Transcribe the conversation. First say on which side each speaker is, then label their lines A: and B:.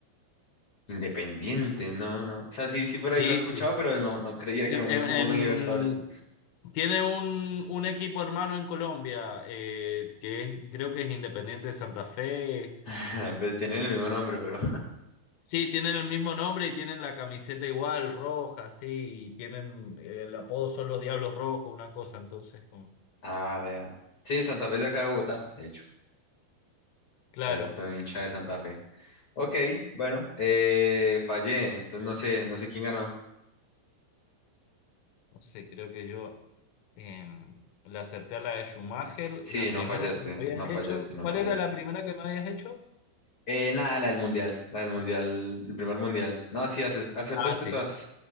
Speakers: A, on the left; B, on the left.
A: Independiente, no, no. O sea, sí, sí por ahí
B: Sí,
A: lo he escuchado,
B: sí.
A: pero no, no creía
B: En-
A: que era un
B: en-
A: equipo
B: en-
A: con Libertadores.
B: tiene un, un equipo hermano en Colombia, eh, que es- creo que es Independiente de Santa Fe.
A: <laughs> Pues tienen el mismo nombre, pero.
B: Sí, tienen el mismo nombre y tienen la camiseta igual, roja, sí, y tienen eh, el apodo son los Diablos Rojos, una cosa, entonces, como-
A: Ah, vea. Sí, Santa Fe es de acá de Bogotá, de hecho.
B: claro,
A: Cierto, hincha de Santa Fe. Ok, bueno, eh, fallé, entonces no sé, no sé quién ganó.
B: no sé, creo que yo em, le acerté a la de Schumacher, la
A: Sí,
B: primera
A: no fallaste,
B: que me habías
A: no fallaste,
B: hecho,
A: no
B: ¿cuál
A: fallaste.
B: era la primera que me habías hecho?
A: Eh, nada, la del mundial, la del mundial, el primer mundial. No, sí, acer- acertaste
B: Ah, sí.
A: todas.